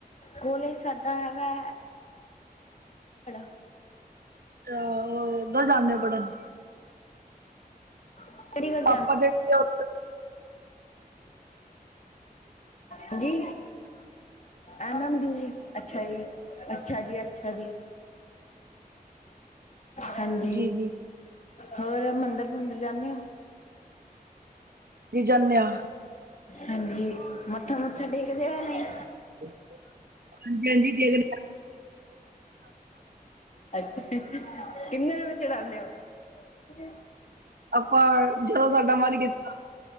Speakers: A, on the left; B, on the right.
A: ਕੋਲੇਜ ਸਾਡਾ ਹੈਗੇ <inaudible>
B: <unintelligible> ਜਾਨੇ ਆ ਕੋਲੇਜ।
A: ਚੰਡੀਗੜ੍ਹ
B: ਪਾਪਾ <unintelligible> ਆਪਾ
A: ਹਾਂਜੀ। ਐਮ ਐਮ ਡੀ ਯੂ, ਅੱਛਾ ਜੀ, ਅੱਛਾ ਜੀ, ਅੱਛਾ ਜੀ। ਹਾਂਜੀ,
B: ਜੀ ਜੀ
A: ਹੋਰ ਮੰਦਰ ਮੰਦਰ ਜਾਨੇ ਔ।
B: ਜੀ ਜਾਂਦੇ ਆ
A: ਹਾਂਜੀ, ਮੱਥਾ-ਮੂੱਥਾ ਟੇਕਦੇ ਔ ਯਾ ਨਈ।
B: ਹਾਂਜੀ, ਹਾਂਜੀ, ਦੇਖਦ
A: ਅੱਛਾ, ਕਿੰਨੇ <unintelligible> ਚੜਾਨੇ ਔ। ਜ
B: ਆਪਾਂ ਜਦੋਂ ਸਾਡਾ ਮਨ ਕੀਤਾ